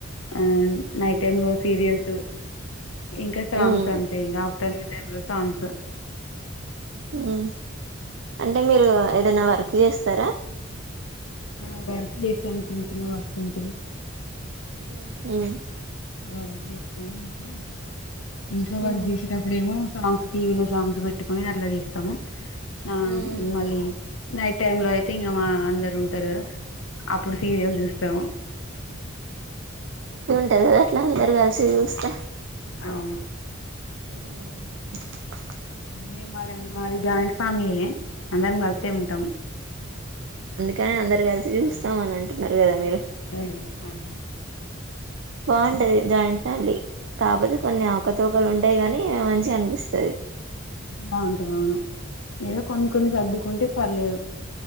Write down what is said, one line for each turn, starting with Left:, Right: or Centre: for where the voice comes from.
Left: ఆ నైట్ టైం సీరియల్సు ఇంకా సాంగ్స్
Right: మ్మ్
Left: అంతే ఇంకా పని లేని టైం లో సాంగ్స్
Right: హు అంటే మీరు ఏదైనా వర్క్ చేస్తారా
Left: ఆ వర్క్ చేస్తాం చిన్న చిన్న వర్క్ ఉంటే
Right: ఉహు
Left: వర్క్ చేస్తా ఇంట్లో ఇంట్లో వర్క్
Right: మ్మ్
Left: చేసేటప్పుడు ఏమో సాంగ్స్ టీవీ లో సాంగ్స్ పెట్టుకుని అట్లా చేస్తాము ఆ
Right: మ్మ్
Left: మళ్ళీ నైట్ టైమ్ లో అయితే ఇంకా మా అందరు ఉంటారు కదా అప్పుడు సీరియల్ చూస్తాము
Right: టది కదా అట్లా అందరు కలిసి చూస్తే
Left: అవును
Right: ఉ
Left: మేము మాది మాది జాయింట్ ఫ్యామిలీనే అందరం కలిసే ఉంటాం
Right: కనే అందరు కలిసి చూస్తామని అంటున్నారు కదా మీరు
Left: దండి అవును
Right: బాంటది జాయింట్ ఫ్యామిలీ కాకపోతే కొన్ని అవకతూకలు ఉంటాయి గానీ అని మంచిగనిపిస్తాది
Left: బాగుంటి మేము ఏదో కొన్ని కొన్ని సర్దుకుంటే పర్లేదు